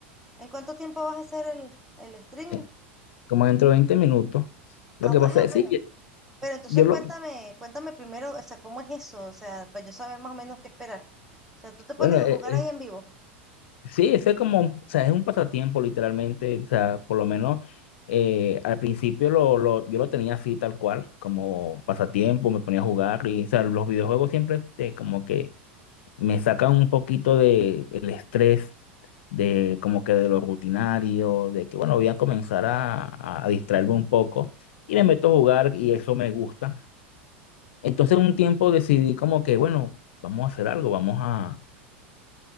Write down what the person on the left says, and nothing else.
eh, como dentro de 20 minutos. Lo
que pasa
es,
sí,
yo lo,
bueno,
eh,
eh,
Sí, ese es como, o sea, es un pasatiempo literalmente, o sea, por lo menos eh, al principio lo, lo- yo lo tenía así tal cual, como pasatiempo, me ponía a jugar y, o sea, los videojuegos siempre este, como que me sacan un poquito de el estrés, de como que de lo rutinario, de que bueno, voy a comenzar a, a distraerme un poco y me meto a jugar y eso me gusta. Entonces un tiempo decidí como que, bueno, vamos a hacer algo, vamos a